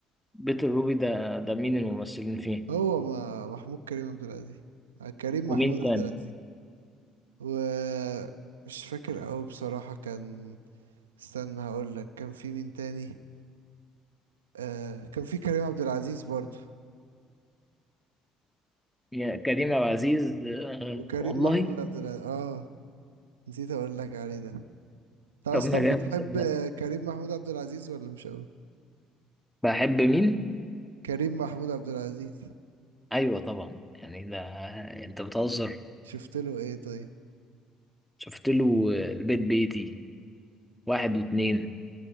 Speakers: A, in the centre; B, on the right.
A: بيت الروبي ده ده مين الممثلين فيه
B: هو ما محمود كريم عبد العزيز آه، كريم
A: ومين
B: محمود
A: تاني
B: عبد العزيز ومش فاكر قوي بصراحة كان استنى هقول لك كان في مين تاني آه كان في كريم عبد العزيز برضو
A: يا كريم عبد العزيز آه،
B: وكريم
A: والله
B: محمود عبد العزيز اه نسيت اقول لك عليه ده انت اصلا
A: طب ما جامد
B: بتحب كريم محمود عبد العزيز ولا مش قوي
A: بحب مين؟
B: كريم محمود عبد العزيز
A: أيوة طبعا يعني ده أنت بتهزر
B: شفت له ايه طيب
A: شفت له البيت بيتي واحد واتنين